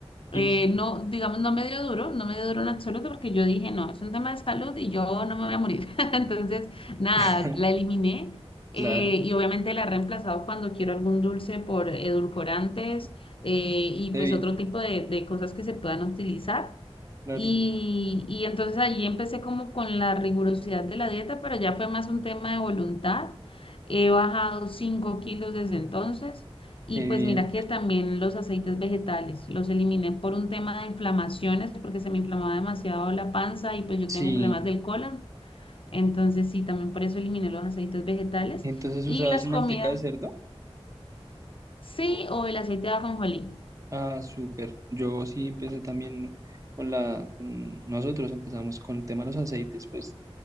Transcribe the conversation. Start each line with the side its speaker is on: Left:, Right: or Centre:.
Left: Eh,
Right: Y,
Left: no, digamos, no me dio duro, no me dio duro en absoluto porque yo dije, no, es un tema de salud y yo no me voy a morir. <laughs> Entonces, nada,
Right: <laughs>
Left: la eliminé eh,
Right: claro,
Left: y obviamente la he reemplazado cuando quiero algún dulce por edulcorantes eh, y
Right: debía,
Left: pues otro tipo de, de cosas que se puedan utilizar.
Right: claro.
Left: Y, y entonces allí empecé como con la rigurosidad de la dieta, pero ya fue más un tema de voluntad. He bajado 5 kilos desde entonces y
Right: Qué
Left: pues
Right: bien.
Left: mira que también los aceites vegetales los eliminé por un tema de inflamaciones porque se me inflamaba demasiado la panza y pues yo
Right: Sí.
Left: tengo problemas del colon. Entonces sí, también por eso eliminé los aceites vegetales
Right: Entonces
Left: y
Right: usabas
Left: las
Right: manteca
Left: comidas.
Right: de cerdo.
Left: Sí,
Right: Oh.
Left: o el aceite de ajonjolí.
Right: Ah, súper. Yo sí empecé también con la, con nosotros empezamos con el tema de los aceites, pues